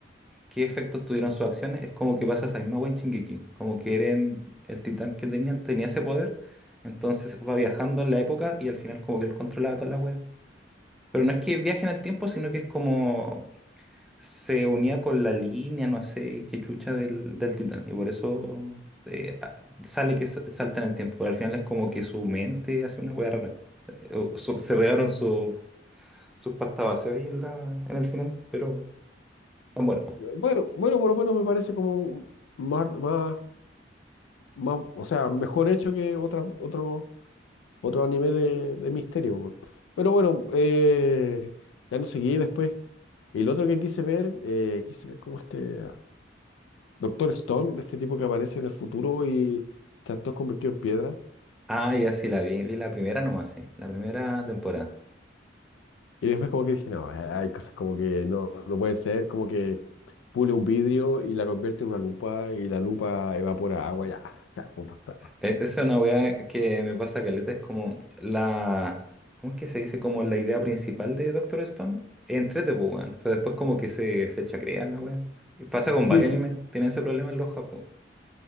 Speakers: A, in the centre; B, on the left.
A: qué efectos tuvieron sus acciones, es como que pasa esa misma wea en Shingeki. Como que Eren, el titán que tenían, tenía ese poder, entonces va viajando en la época y al final como que él controlaba toda la wea. Pero no es que viaje en el tiempo, sino que es como se unía con la línea, no sé, qué chucha del, del titán. Y por eso eh, a- sale que sa- salta en el tiempo. Pero al final es como que su mente hace una wea rara. Eh, o su- se pegaron su- sus pastas base ahí en la, en el final, pero... ah, bueno.
B: eh, Bueno, bueno, por lo menos me parece como más, más, más, o sea, mejor hecho que otra, otro, otro anime de, de misterio. weón. Pero bueno, eh, ya no seguí después. Y el otro que quise ver, eh, quise ver como este ah, Doctor Stone, de este tipo que aparece en el futuro y tanto todo convertido en piedra.
A: Ah, ya sí la vi, vi la primera nomás, sí, la primera temporada.
B: Y después como que dije, no, hay hay cosas como que no, no pueden ser, como que pule un vidrio y la convierte en una lupa y la lupa evapora agua, ya, <laughs> ya, pues basta. pues.
A: E- Esa es una weá que me pasa caleta, es como la, ¿cómo es que se dice? Como la idea principal de Doctor Stone, entrete, pues, weón, pero después como que se, se chacrea la weá. Y pasa con
B: Sí,
A: varios
B: sí,
A: animes, tienen ese problema en los Japón.